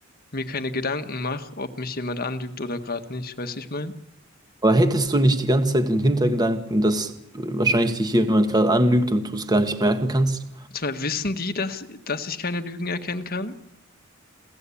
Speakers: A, on the left (about 45°); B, on the right (about 20°).
A: mir keine Gedanken mache, ob mich jemand anlügt oder gerade nicht. Weißt du, ich mein?
B: Aber hättest du nicht die ganze Zeit den Hintergedanken, dass wahrscheinlich dich jemand gerade anlügt und du es gar nicht merken kannst?
A: Zumal wissen die, dass, dass ich keine Lügen erkennen kann?